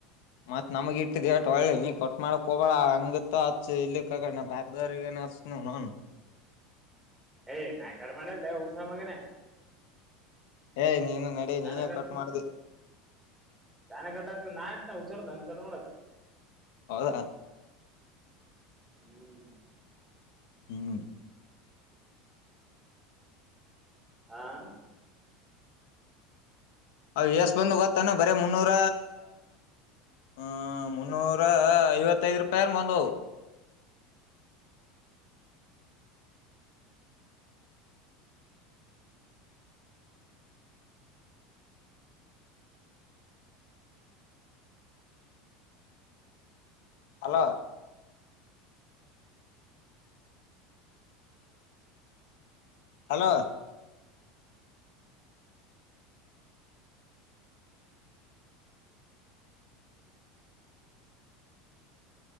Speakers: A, on the left; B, in the centre.
A: ಮತ್ ನಮಗ ಇಟ್ಟಿದಟ್ ಒಳ್ಳೆ ನೀ ಕೊಟ್ ಮಾಡಕ್ ಹೋಗಬಳ ಹಂಗತ್ ಅತ್ ಇಲ್ಲಿಕ್ಕಕ ಬವ <unintelligible> ನಚನು ನನ್ನ್
B: ಏಯ್ ನಾ ಕಡಿ ಮಾಡಲ್ಲ ಹುಚ್ಚನನ್ನಮಗನ
A: ಏಯ್ ನೀನು ನಡಿ
B: ತಾನ
A: ನೀನೇ
B: ಕ <unintelligible>
A: ಕಟ್ ಮಾಡ್ದಿ
B: ತನೆ ಕಟ್ಟ ನ ಹಸಾರ <unintelligible> ನನ್ ಕಟ್ ಮಾಡಕ್
A: ಹೌದ
B: ಹ್ಮ್
A: ಹ್ಮ್
B: ಆ
A: ಅ ಎಷ್ಟ ಬಂದದ್ ಗೊತ್ತೇನು ಬರೆ ಮುನ್ನೂರ ಹ್ಮ ಮುನ್ನೂರ ಐವತ್ತೈದ್ ರೂಪಾಯಿ ಅನ್ ಬಂದವಾ ಹಲೋ ಹಲೋ